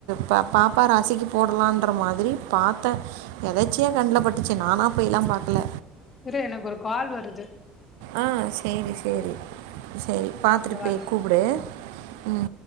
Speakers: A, on the right (about 65°); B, on the left (about 35°).
A: பா பாப்பா ராசிக்கு போடலான்ற மாரி பாத்தே எதச்சியா கண்ல பட்டுச்சு நானா போய்லாம் பாக்கல
B: இரு எனக்கு ஒரு கால் வருது
A: ஆ சேரி சேரி சேரி பாத்துட்டு
B: இதோ வரே
A: போய் கூப்புடு
B: ம்
A: ம்